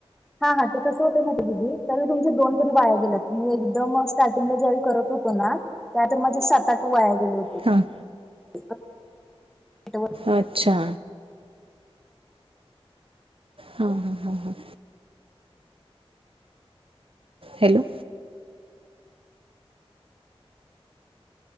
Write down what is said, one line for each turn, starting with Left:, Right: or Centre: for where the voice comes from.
Centre: हा हा ते कसं होते ना ते दिदी तरी तुमच्या दोन तरी वाया गेल्यात मी एकदम स्टार्टिंगला ज्यावेळी करत होतो ना त्यातर माझे सात आठ वाया गेले हो
Right: हां.
Centre: <unintelligible>
Right: अच्छा. हा हा हा हा हा. हॅलो.